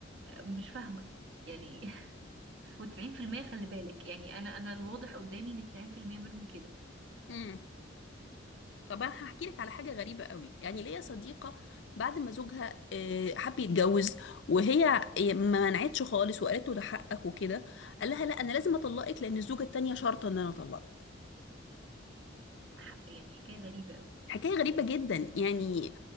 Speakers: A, on the right (about 70°); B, on the left (about 70°).
A: آه، مش فاهمه يعني <laughs> و90% خلي بالك يعني انا انا الواضح قدامي ان 90% منهم كده
B: مم. طب انا هحكي لك على حاجه غريبه قوي يعني ليا صديقه بعد ما زوجها آه، حب يتجوز وهي آه، ما منعتش خالص وقالت له ده حقك وكده قال لها لا انا لازم اطلقك لان الزوجه التانيه شرطه ان انا اطلقك
A: ح- يعني حكايه غريبه قوي
B: حكايه غريبه جدا يعني